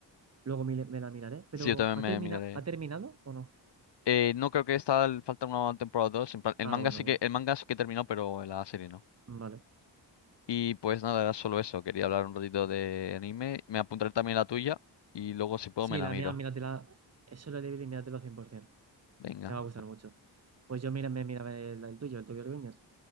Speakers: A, on the right (about 35°); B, on the left (about 65°).
A: luego mi- me, la miraré. Pero
B: Sí, yo también
A: ¿ha
B: me
A: termina,
B: miraré.
A: ¿ha terminado o no?
B: Eh, no creo que esta falta una temporada dos En plan, el
A: Ah,
B: manga
A: bueno,
B: sí
A: vale.
B: que, el manga sí que terminó, pero la serie no.
A: Vale.
B: Y pues nada, era solo eso. Quería hablar un ratito de anime. Me apuntaré también la tuya y luego si puedo
A: Sí,
B: me la
A: la
B: miro.
A: mía, míratela. Eso lo libre y míratelo 100%.
B: Venga.
A: Te va a gustar mucho. Pues yo mira, me mira el, el tuyo, el Tokyo Revengers.